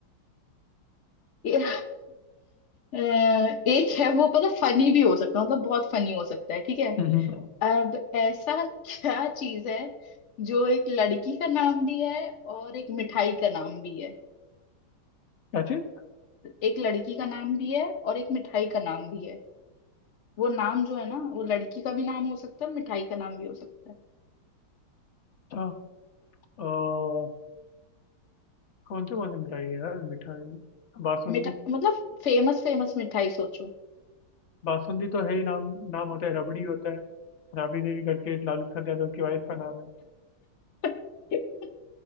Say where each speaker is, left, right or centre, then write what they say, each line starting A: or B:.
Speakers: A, on the left; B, on the left.
A: <laughs> ये- अ, एक है वो पता फनी भी हो सकता है मतलब बहुत फनी हो सकता है ठीक है
B: हम्म,
A: अब ऐसा <laughs> क्या चीज है जो एक लड़की का नाम भी है और एक मिठाई का नाम भी है
B: क्या चीज
A: एक लड़की का नाम भी है और एक मिठाई का नाम भी है वो नाम जो है ना वो लड़की का भी नाम हो सकता है मिठाई का नाम भी हो सकता है
B: अच्छा अ, कौन से कौन से मिठाई है यार मिठाई बासुंदी
A: मिठा मतलब फेमस फेमस मिठाई सोचो
B: बासुंदी तो है ही नाम नाम होता है रबड़ी होता है राबड़ी देवी करके एक लालू प्रसाद यादव की वाइफ का नाम है
A: <laughs>